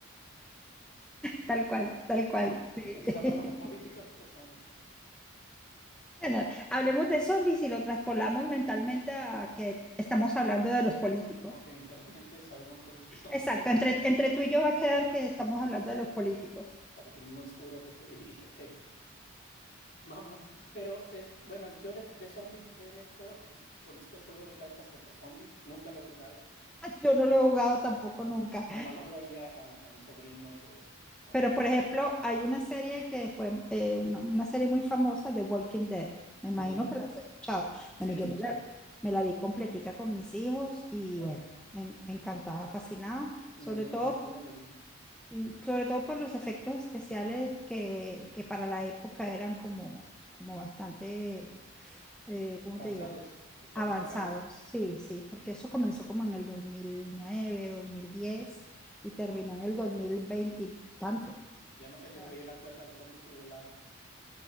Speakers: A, in the centre; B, on the left (about 50°).
A: tal cual, tal cual.
B: Oh,
A: sí.
B: entonces hablamos de políticos,
A: <laughs>
B: de zombies.
A: Bueno, hablemos de zombies y lo traspolamos mentalmente a que estamos
B: Oh,
A: hablando de los políticos.
B: ok, internamente sabemos nosotros que son
A: Exacto,
B: políticos.
A: entre, entre tú y yo va a quedar que estamos hablando de los políticos.
B: para que no nos descubra el FBI, <laughs> ok. Vamos, pero es, bueno, yo de, de zombies, te soy honesto, <laughs> conozco el juego de plantas contra zombies, nunca lo he jugado,
A: <laughs> Yo no lo he jugado tampoco nunca,
B: nomás lo veo ahí a, a- a mis sobrinos o, o
A: pero
B: niños.
A: por ejemplo, hay una serie que fue eh, una, una serie muy famosa de Walking Dead. Me imagino
B: Ujú,
A: que la has escuchado.
B: Sí,
A: Bueno,
B: lo
A: yo
B: he escuchado,
A: me la, me la vi completica con mis hijos y
B: ya.
A: bueno, me, en- me encantaba, fascinada,
B: No,
A: sobre
B: yo
A: todo
B: no, yo no lo vi.
A: mm, sobre todo por los efectos especiales que, que para la época eran como, como bastante, eh, ¿cómo
B: Avanzados,
A: te digo?
B: sofisticados,
A: Avanzados, sí, sí, porque eso comenzó como en el 2009, 2010 y
B: sí.
A: terminó en el 2020 y tanto.
B: Ya no se
A: O sea,
B: les veía la cuerda a los zombies que volaban,